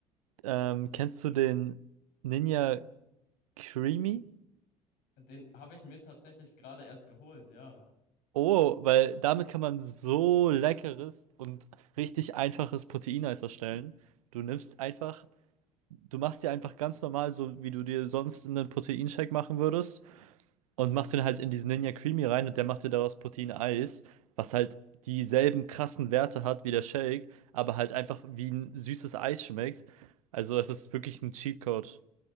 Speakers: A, on the right; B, on the left.
A: ähm, kennst du den Ninja Creamy?
B: Den habe ich mir tatsächlich gerade erst geholt, ja.
A: Oh, weil damit kann man so leckeres und richtig einfaches Proteineis erstellen. Du nimmst einfach, du machst dir einfach ganz normal, so wie du dir sonst einen Proteinshake machen würdest, und machst den halt in diesen Ninja Creamy rein und der macht dir daraus Proteineis, was halt dieselben krassen Werte hat wie der Shake, aber halt einfach wie ein süßes Eis schmeckt. Also es ist wirklich ein Cheatcode.